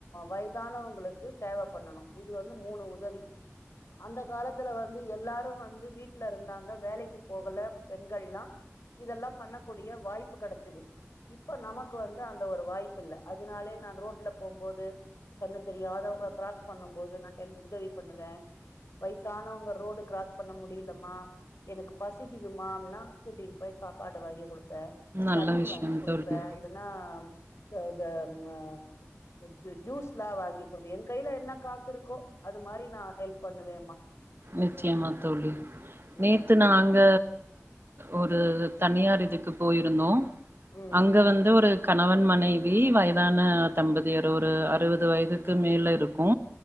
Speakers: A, on the left; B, on the right.
A: வய்தானவங்களுக்கு சேவ பண்ணணு இது வந்து மூணு உதவி அந்த காலத்துல வந்து எல்லாரு வந் து வீட்ல இருந்தாங்க வேலைக்கு போகல பெண்கல்லா இதெல்லா பண்ணக்கூடிய வாய்ப்பு கெடச்சது இப்ப நமக்கு வந்து அந்த ஒரு வாய்ப்பில்ல அதனாலே நா ரோட்ல போம்போது கண்ணு தெரியாதவங்க கிராஸ் பண்ணு போது நா ஹெல் உதவி பண்ணுவே வய்சானவங்க ரோடு கிராஸ் பண்ண முடியலமா எனக்கு பசிக்குதுமா அப்னா கூட்டின் போய் சாப்பாடு வாங்கி குடு ப்பே
B: நல்ல
A: தண்ணி
B: விஷயம்
A: வாங்கி குடுப்பே
B: தோழி
A: இல்லன்னா இத த ஆ ஜூ ஜூஸ்ல்லா வாங்கி குடுப்பே என் கைய்ல என்ன காசு இருக்கோ அது மாரி நா ஹெல்ப் பண்ணுவேம்மா
B: நிச்சயமா தோழி நேத்து
A: ம்
B: நாங்க ஒரு தனியார் இதுக்கு போயிருந்தோ
A: ம்
B: அங்க வந்து ஒரு கணவன் மனைவி வயதான தம்பதியர் ஒரு அறுவது வயதுக்கு மேல இருக்கு